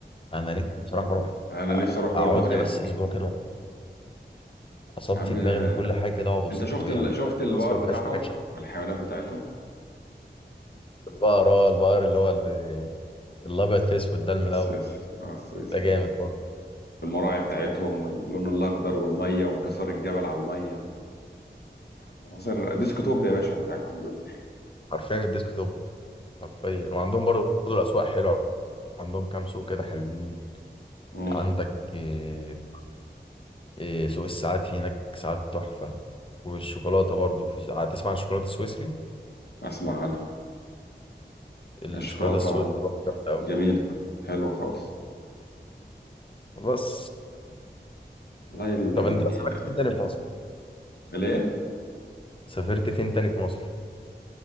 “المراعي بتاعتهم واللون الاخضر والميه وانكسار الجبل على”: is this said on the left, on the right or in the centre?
Left